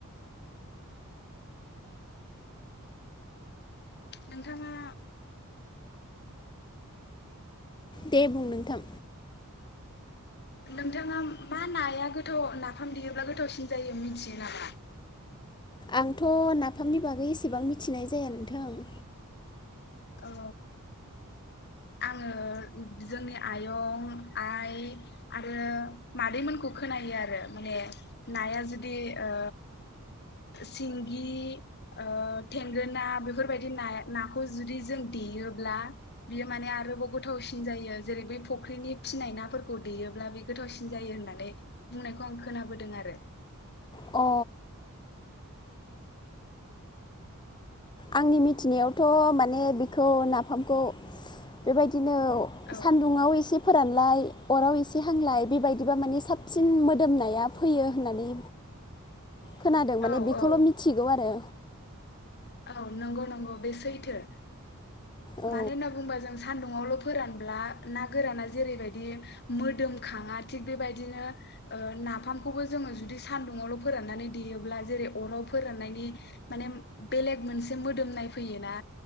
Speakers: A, on the left (about 50°); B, on the left (about 20°).
A: नोंथाङा
B: दे बुं नोंथां
A: नोंथाङा मा नाया गोथाव नाफाम देयोब्ला गोथावसिन जायो मिथियो नामा।
B: आंथ' नाफामनि बागै एसेबां मिथिनाय जाया नोंथां।
A: औ आङो जोंनि आयं आइ आरो मादैमोनखौ खोनायो आरो माने नाया जुदि ओ सिंगि ओ थेंगोना बेफोरबायदि नाखौ जुदि जों देयोब्ला बियो माने आरोबाव गोथावसिन जायो जेरै बै फुख्रिनि फिनाय नाफोरखौ देयोब्ला बे गोथावसिन जायो होननानै बुंनायखौ आं खोनाबोदों आरो।
B: अ आंनि मिथिनायावथ' माने बेखौ नाफामखौ बेबायदि बिदिनो
A: औ
B: सान्दुंङाव एसे फोरानलाय अराव एसे हांलाय बेबायदिबा माने साबसिन मोदोमनाया फैयो होननानै खोनादों
A: औ
B: माने बेखौल'
A: औ
B: मिथिगौ आरो।
A: औ नंगौ नंगौ बे सैथो।
B: औ
A: मानो होनना बुंबा जों सान्दुङावल' फोरानब्ला ना गोराना जेरैबायदि मोदोमखाङा थिग बेबायदिनो ओ नाफामखौबो जोङो जुदि सान्दुङावल' फोराननानै देयोब्ला जेरै अराव फोराननायनि माने बेलेग मोनसे मोदोम नायफैयोना